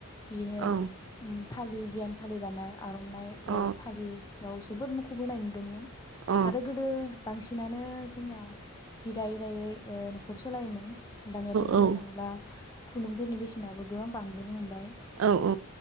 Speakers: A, on the left; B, on the right.
A: बिनो
B: औ
A: उम फालि बियान फालि दानाय आरनाइ
B: अ
A: ओ फालि आव जोबोद मुखुब होनाय नुदोंमोन
B: औ
A: आरो गोदो बांसिनानो जोंनिया हि दायै दायै ओ न'खर सलायोमोन दानियाथ' बुंनो
B: औ
A: थाङोब्ला खुन्दुंफोरनि बेसेनाबो गोबां बांबोनो हमबाय
B: औ औ